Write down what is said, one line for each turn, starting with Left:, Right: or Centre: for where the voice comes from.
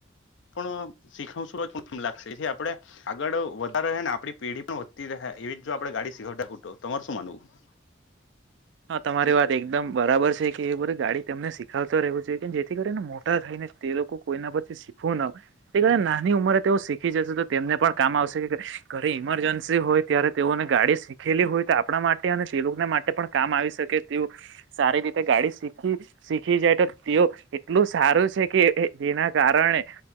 Left: પણ શીખ શું લાગશે એથી આપડે આગળ વધારે ને આપણી પીઢી ગડી વધતી રહે એવી જો આપડે ગાડી સીખવતા રહુ તમારે શું માનવું <unintelligible>
Right: હા તમારી વાત એકદમ બરાબર. છે કે એ બધી ગાડી તને શીખાવતો રહેવુ જોઈએ કે જેથી કરીને મોટા થઈને તે લોકો કોઈના પરથી શીખવું ન એ નાની ઉંમરે તે શીખી જશે તો તેમને પણ કામ આવશે ઘરે ઈમરજન્સી હોય ત્યારે તેઓને ગાડી શીખેલી હોય તો આપણા માટે અને તે લોકોના માટે પણ કામ આવી શકે તેઓ સારી રીતે ગાડી શીખ શીખી જાય તો તેઓ એટલું સારું છે કે જેના કારણે